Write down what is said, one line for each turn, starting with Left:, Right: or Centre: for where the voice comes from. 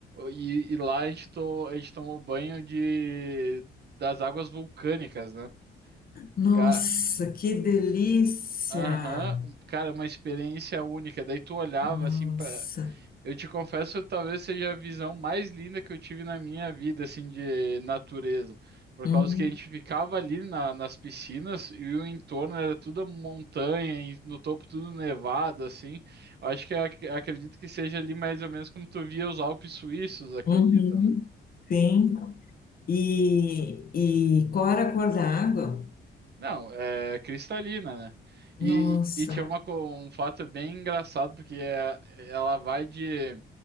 Right: e, e lá a gente, to- a gente tomou banho de, das águas vulcânicas, né?
Left: Nossa,
Right: Ca-
Left: que delícia!
Right: Aham, um- cara, uma experiência única. Daí tu olhava
Left: Nossa.
Right: assim pra. Eu te confesso, talvez seja a visão mais linda que eu tive na minha vida, assim, de natureza. Por
Left: Uhum,
Right: causa que a gente ficava ali na- nas piscinas e o entorno era tudo montanha, e no topo tudo nevado, assim. Eu Acho que ac- acredito que seja ali mais ou menos como tu via os Alpes suíços, acredito,
Left: uhum, sim. E, e qual era a cor da água?
Right: Não, é cristalina, né? E,
Left: Nossa.
Right: e tinha uma, co- um fato bem engraçado, porque é- ela vai de,